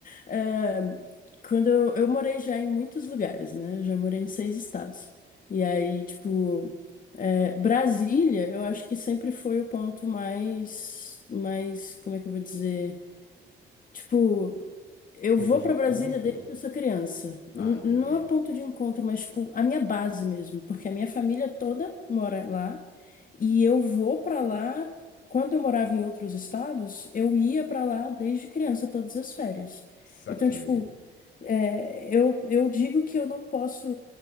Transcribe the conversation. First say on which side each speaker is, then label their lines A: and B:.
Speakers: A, on the left; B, on the left.
A: é, quando eu, eu morei já em muitos lugares, né? Já morei em seis estados. E aí, tipo, é, Brasília, eu acho que sempre foi o ponto mais, mais, como é que eu vou dizer? Tipo, eu
B: Ponto
A: vou
B: de
A: pra
B: encontro?
A: Brasília desde que eu sou criança.
B: Ah,
A: N-
B: entendi.
A: não é ponto de encontro, mas tipo, a minha base mesmo, porque a minha família toda mora lá e eu vou pra lá. Quando eu morava em outros estados, eu ia pra lá desde criança todas as férias.
B: Saquei.
A: Então, tipo, é, eu, eu digo que eu não posso,